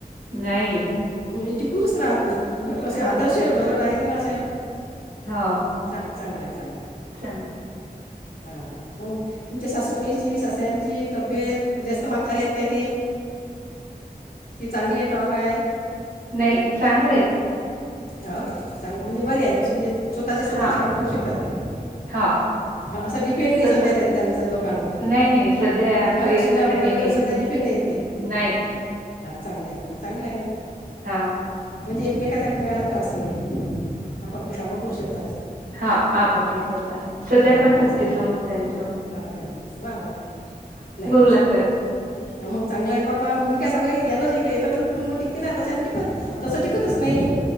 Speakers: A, on the right; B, on the left.
A: नाही
B: म्हणजे टिकूनच राहत नाही. उलट असे
A: हा
B: आदर्श घर ला असं
A: हाव
B: च चांगलं आहे. चांगलं आहे.
A: चांग
B: हा हा मग तुमच्या सासूबाईची सासऱ्यां ची तब्येत जास्त माथारी आहेत काय ते? हेि चांगले टॉग आहे.
A: नाही चांगलेयेत.
B: हो काय, चांग म्हणजे बरे आहेत असे म्हणजे स्वतःचे स्वतःचे
A: हा
B: काम करू शकतात ते.
A: हाव
B: हा असं डिपेंड नाही
A: तसं
B: सध्या त्या त्यांच लोकांवर
A: नाही, नाही. सध्या
B: हो
A: काही
B: ना
A: असं
B: सुनापोराईवर
A: हे नाही.
B: सध्या डिफेंड नाही ते
A: नाही,
B: हा चांगले आहेत मग चांगला आहे ना.
A: हा
B: म्हणजे एकमेकाचा एकमेकाला त्रास नाही आहे आपली कामं करू शकतो.
A: हा आप आपले करतात सध्या
B: हां नाही
A: करतात
B: नाही चांगलं
A: ते समज त्याचं.
B: हा वा वाग नाही
A: लागतात.
B: मग चांगला आहे बापा मग मी काय सांगल यान एक एकत्र कुटुंब टिकते ना तश टिकत
A: हां,
B: तस टिकतच नाही